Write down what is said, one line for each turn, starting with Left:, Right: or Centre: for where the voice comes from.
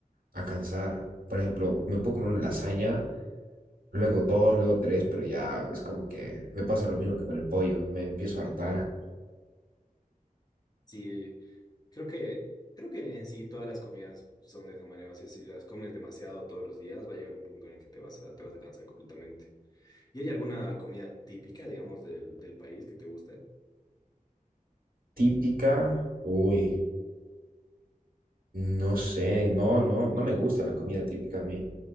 Right: a cansar. Por ejemplo, me puedo comer una lasaña, luego dos, luego tres, pero ya es como que me pasa lo mismo que con el pollo, me empiezo a hartar.
Left: Sí, creo que, creo que en sí todas las comidas son de esa manera. O sea, si las comes demasiado todos los días, va a llegar un punto en el que te vas a, te vas a cansar completamente. ¿Y hay alguna comida típica, digamos, del, del país que te guste?
Right: Típica, uy, no sé, no, no, no me gusta la comida típica a mí.